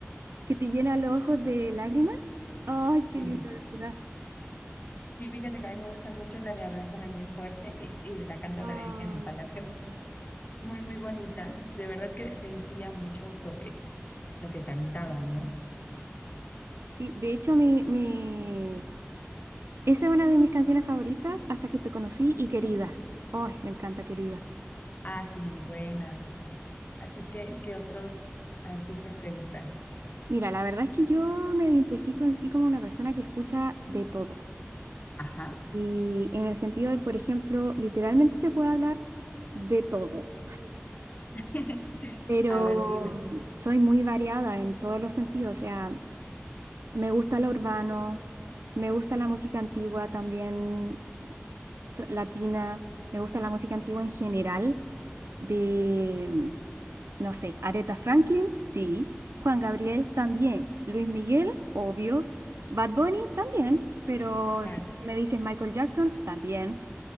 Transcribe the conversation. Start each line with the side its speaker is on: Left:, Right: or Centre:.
Right: que te llena los ojos de lágrimas. ¡Ay, qué
Left: Sí,
Right: lindo, de verdad!
Left: Sí, fíjate que a mí me gusta mucho la de Abrázame muy fuerte y, y la canta
Right: Ay,
Left: también en el Palacio.
Right: sí.
Left: Muy, muy bonita. De verdad que sentía mucho lo que, lo que cantaba,
Right: Mm.
Left: ¿no?
Right: Sí, de hecho, mi, mi... esa es una de mis canciones favoritas, Hasta que te conocí y Querida. ¡Ay, me encanta, Querida!
Left: Ah, sí, muy buena. ¿A ti qué, qué otros artistas te gustan?
Right: Mira, la verdad es que yo me identifico en sí como una persona que escucha de todo.
Left: Ajá.
Right: Y en el sentido de, por ejemplo, literalmente te puedo hablar de todo,
Left: <laughs>
Right: pero
Left: A ver, dime.
Right: mm, soy muy variada en todos los sentidos. O sea, me gusta lo urbano, me gusta la música antigua también so- latina, me gusta la música antigua en general, de, mm, no sé, Aretha Franklin, sí, Juan Gabriel también, Luis Miguel, obvio, Bad Bunny también, pero
Left: Claro.
Right: si me dices Michael Jackson, también.